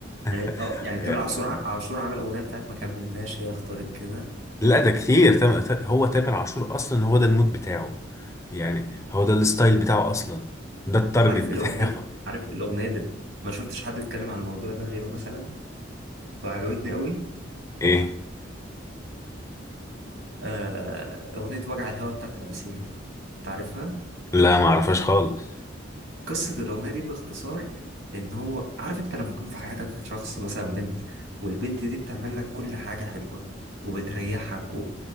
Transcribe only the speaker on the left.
<laughs>
يعني
لا ده كتير تام... تا- هو تامر عاشور اصلا هو ده المود بتاعه يعني هو ده الستايل بتاعه اصلا ده التارجت
بتاعه
<laughs> ايه
لا ما اعرفش خالص